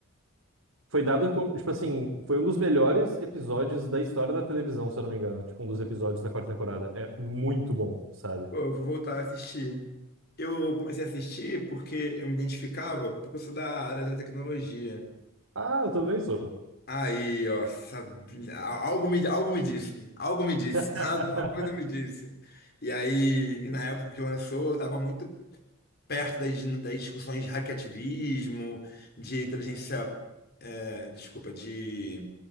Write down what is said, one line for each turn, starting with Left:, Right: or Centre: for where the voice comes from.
Right: foi dado como, tipo assim, foi um dos melhores episódios da história da televisão, se eu não me engano. Tipo, um dos episódios da quarta temporada. É muito bom, sabe?
Left: Pô, eu vou voltar a assistir. Eu comecei a assistir porque eu me identificava, porque eu sou da área da tecnologia.
Right: Ah, eu também sou.
Left: Aí, ó, sabe, a- algo me, algo me disse, algo me disse,
Right: <laughs>
Left: <laughs> alguma coisa me disse. E aí, e na época que lançou, eu estava muito perto das, das discussões de hackativismo, de inteligência, é, desculpa, de